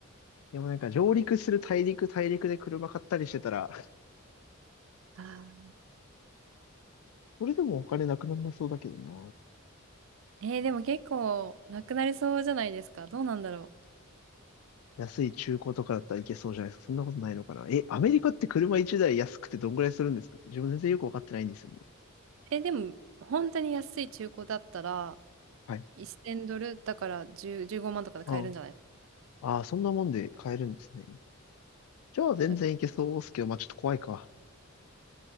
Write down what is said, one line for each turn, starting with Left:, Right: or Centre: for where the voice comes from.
Left: でもなんか、上陸する大陸、大陸で車買ったりしてたら、
Right: あ
Left: <laughs> それでもお金なくなんなそうだけどな。
Right: ーえー、でも結構なくなりそうじゃないですか。どうなんだろ
Left: 安い中古とかだったらいけそうじゃないですか。そんなことないのかな。え、アメリカって車1台安くてどんぐらいするんですか自分全然よくわかってないんですよね。
Right: う。えー、でも本当に安い中古だったら、
Left: はい。
Right: 1000ドルだから1 5万とかで買えるんじゃない
Left: ああ、ああそんなもんで買えるんですね。じゃあ全然いけそうですけど、
Right: なんか
Left: まあちょっと怖いか。